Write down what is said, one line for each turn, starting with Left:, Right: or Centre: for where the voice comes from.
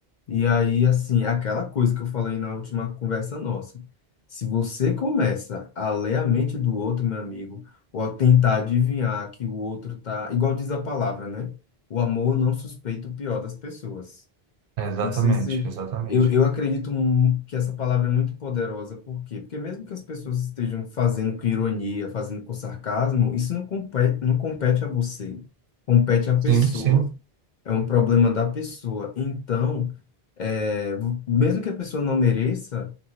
Left: E aí, assim, aquela coisa que eu falei na última conversa nossa. Se você começa a ler a mente do outro, meu amigo, ou a tentar adivinhar que o outro tá, igual diz a palavra, né? O amor não suspeita o pior das pessoas.
Right: É, Exatamente,
Left: Não sei se
Right: exatamente.
Left: eu, eu acredito mu- que essa palavra é muito poderosa, por quê? Porque mesmo que as pessoas estejam fazendo com ironia, fazendo com sarcasmo, isso não compete, não compete a você, compete à pessoa
Right: Sim, sim.
Left: é um problema da pessoa. Então, é, vo- mesmo que a pessoa não mereça,